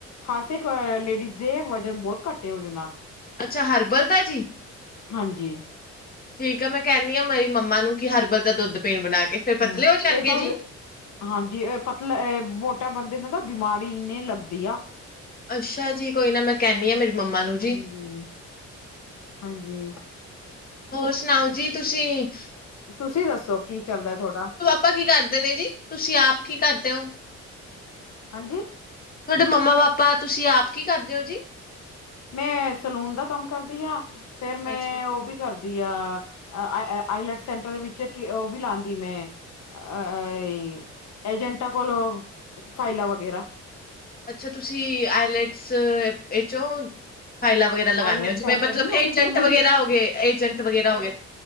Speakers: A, on the left (about 60°); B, on the left (about 30°).
A: ਖਾਸ ਏੱਕ ਲੇਡੀਜ਼ ਦੇ ਵਜਨ ਬੋਤ ਘੱਟ ਏ ਓਦੇ ਨਾਲ।
B: ਅੱਛਾ ਹਰਬਲ ਦਾ ਜੀ।
A: ਹਾਂਜੀ।
B: ਠੀਕ ਆ, ਮੈਂ ਕੈਂਨੀ ਆਂ ਮੇਰੀ ਮੰਮਾ ਨੂੰ ਕਿ ਹਰਬਲ ਦਾ ਦੁੱਧ ਪੀਣ ਬਣਾ ਕੇ। ਫਿਰ ਪਤਲੇ
A: ਹਾਂ,
B: ਹੋ ਜਾਣਗੇ
A: ਏ ਕੱਦ
B: ਜੀ
A: ਹਾਂਜੀ, ਏ ਪਤਲਾ ਏ ਮੋਟਾ ਬੰਦੇ ਨੂੰ ਤਾਂ ਬਿਮਾਰੀ ਇੰਨੀ ਲੱਗਦੀ ਆ
B: ਅੱਸ਼ਾ ਜੀ, ਕੋਈ ਨਾ ਮੈਂ ਕੈਂਨੀ ਆਂ ਮੇਰੀ ਮੰਮਾ ਨੂੰ
A: ਹਾਂਜੀ
B: ਜੀ।
A: ਹਾਂਜੀ।
B: ਹੋਰ ਸੁਣਾਓ ਜੀ ਤੁਸੀ?
A: ਤੁਸੀ ਦੱਸੋ ਕੀ ਚੱਲਦੈ ਤੁਆਡਾ?
B: ਤਾ ਕੀ ਕਰਦੇ ਨੇ ਜੀ? ਤੁਸੀ ਆਪ ਕੀ ਕਰਦੇ ਓ?
A: ਹਾਂਜੀ।
B: ਤੁਆਡੇ ਮੰਮਾ ਪਾਪਾ ਤੁਸੀ ਆਪ ਕੀ ਕਰਦੇ ਓ ਜੀ?
A: ਮੈਂ ਸਲੂਨ ਦਾ ਕੰਮ ਕਰਦੀ ਆਂ, ਫ਼ੇਰ ਮੈਂ
B: ਹਾਂਜੀ
A: ਓ ਵੀ ਕਰਦੀ ਆ, ਅ, ਆ ਆਈਲੈਟ ਸੈਂਟਰ ਦੇ ਵਿੱਚ ਕੀ ਓ ਵੀ ਲਾਂਦੀ ਮੈਂ ਅ ਅ ਈ ਏਜੰਟਾ ਕੋਲੋਂ ਫਾਈਲਾਂ ਵਗੈਰਾ
B: ਅੱਛਾ ਤੁਸੀ ਆਈਲੈਟਸ ਏੱਚ ਓ ਫਾਈਲਾਂ ਵਗੈਰਾ ਦਾ ਲਗਾਨੇ
A: ਆਈਲੈਟ
B: ਆਂ ਜਿਵੇਂ
A: ਸੈਂਟਰ
B: ਮਤਲਬ
A: ਨੀ ਹੁੰਦੇ
B: ਏਜੰਟ
A: ਜੋ ਮੈਂ
B: ਵਗੈਰਾ ਹੋ ਗੇ, ਏਜੰਟ ਵਗੈਰਾ ਹੋ ਗੇ